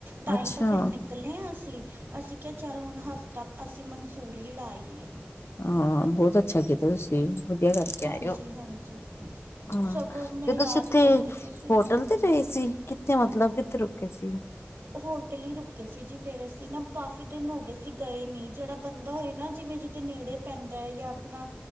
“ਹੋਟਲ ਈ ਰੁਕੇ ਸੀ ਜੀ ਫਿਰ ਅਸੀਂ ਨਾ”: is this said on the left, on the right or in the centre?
Right